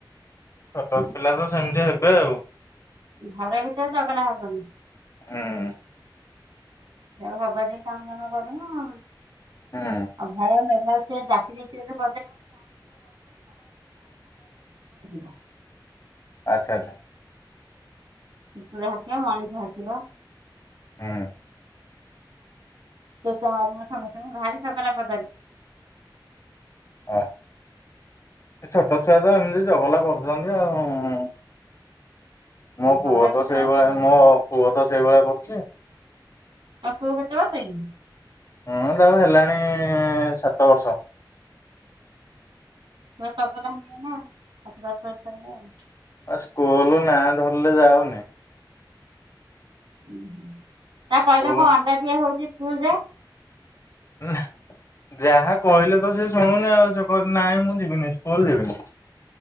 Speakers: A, on the left; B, on the right.
A: ଛୋଟର ପିଲା ତ ସେମିତି ହେବେ ଆଉ।
B: ଘର ଭିତରେ ଚଗଲା ହେବନି।
A: ହୁଁ।
B: ଯଉ ହବା ଦ କାମ ଦାମ କରିବୁଉଁ
A: ହୁଁ
B: ଆଉ ଭୟ ନେଲା। ସିଏ ଡାକି ଦେଇଚି ଯେ <unintelligible>
A: ଆଚ୍ଛା ଆଚ୍ଛା।
B: କୁକୁର ହାକିବ ମଣିଷ ହାକିବ।
A: ହୁଁ।
B: ସେ ଚାରି ବର୍ଷ ଭିତରେ ଭାରି ଚଗଲା କବାରି।
A: ଆ ଏ ଛୋଟ ଛୁଆ ତ ଏମିତି ଜଗଲା କରୁଛନ୍ତି ଆଉ। ମୋ ପୁଅ
B: ଘର ଭିତରେ
A: ତ ସେଇଭଳିଆ
B: ଝଗଡା
A: ମୋ ପୁଅ ତ ସେଇଭଳିଆ କରୁଛି।
B: ତମ ପୁଅ କୁ କେତେ ବର୍ଷ ହେଇଛି।
A: ହଁ ତାକୁ ହେଲାଣି ସାତ ବର୍ଷ।
B: ପୁରା ତଗଲା ହେଇକି ନା ଦଶ ବର୍ଷରେ ଆଉ <unintelligible>
A: ଆ ସ୍କୁଲୁ ନାଁ ଧରିଲେ ଯାଉନି।
B: ତା କହିବେ
A: ସ୍କୁଲ
B: କଣ ଅଣ୍ତା ଦିଆ ହୋଇଛି ସ୍କୁଲ ଯା।
A: ଅଁ ହେ। ଯାହା କହିଲେ ତ ସେ ଶୁଣୁନି ଆଉ ସେ କ ନାଇଁ ମୁଁ ଯିବିନି ସ୍କୁଲ ଯିବିନି।